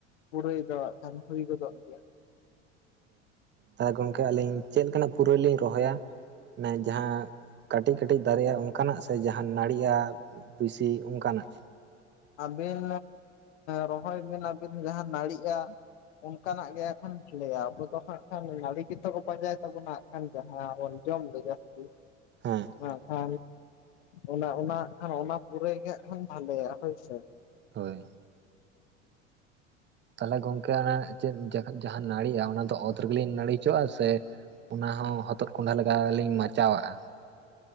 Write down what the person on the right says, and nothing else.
ᱦᱮᱸ ᱜᱚᱝᱠᱮ ᱟᱹᱞᱤᱧ ᱪᱮᱫ ᱞᱮᱠᱟᱱᱟᱜ ᱯᱩᱨᱟᱹᱭ ᱞᱤᱧ ᱨᱚᱦᱚᱭᱟ? ᱢᱟᱱᱮ ᱡᱟᱦᱟᱸ ᱠᱟᱹᱴᱤᱡ ᱠᱟᱹᱴᱤᱡ ᱫᱟᱨᱮᱜᱼᱟ ᱚᱱᱠᱟᱱᱟᱜ ᱥᱮ ᱡᱟᱦᱟᱸ ᱱᱟᱹᱲᱤᱼᱟ? ᱵᱮᱥᱤ ᱚᱱᱠᱟᱱᱟᱜ?
ᱦᱮᱸ
ᱦᱳᱭ ᱛᱟᱦᱚᱞᱮ ᱜᱚᱝᱠᱮ ᱚᱱᱟ ᱪᱮᱫ ᱡᱟᱦᱟᱸ ᱱᱟᱹᱲᱤᱜᱼᱟ ᱚᱱᱟ ᱫᱚ ᱚᱛ ᱨᱮᱜᱮᱞᱤᱧ ᱱᱟᱹᱲᱤ ᱦᱚᱪᱚᱜᱣᱟᱜᱼ ᱟ ᱥᱮ? ᱚᱱᱟ ᱦᱚᱸ ᱦᱚᱛᱚᱫ ᱠᱚᱸᱰᱷᱟ ᱞᱮᱠᱟ ᱞᱤᱧ ᱢᱟᱪᱟᱣᱟᱜᱼᱟ?